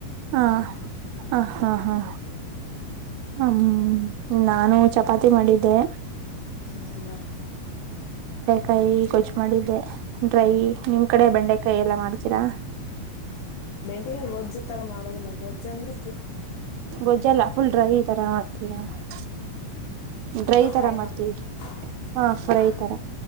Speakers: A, on the right; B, on the left.
A: ಹಾ ಹ ಹಾ ಹಾ ಹ್ಮ್ ನಾನು ಚಪಾತಿ ಮಾಡಿದ್ದೆ
B: ಹೌದಾ
A: ಕೈ ಗೊಜ್ಜ ಮಾಡಿದ್ದೆ ಡ್ರೈ ನಿಮ್ ಕಡೆ ಬೆಂಡೆ ಕೈಯ ಎಲ್ಲ ಮಾಡ್ತೀರಾ?
B: ಏನ ಗೊಜ್ಜ ತರ ಮಾಡೋದಿಲ್ಲ ಗೊಜ್ಜ ಅಂದ್ರ
A: ಗೊಜ್ಜೆಲ್ಲ ಫುಲ್ ಡ್ರೈ ಈ ತರ <unintelligible> ಡ್ರೈ
B: ಫ್ರೈ
A: ತರ ಮಾಡ್ತೀವಿ
B: ಮಾಡ್ತಾರೆ
A: ಹಾ
B: ಹೌದಾ
A: ಫ್ರೈ ತರ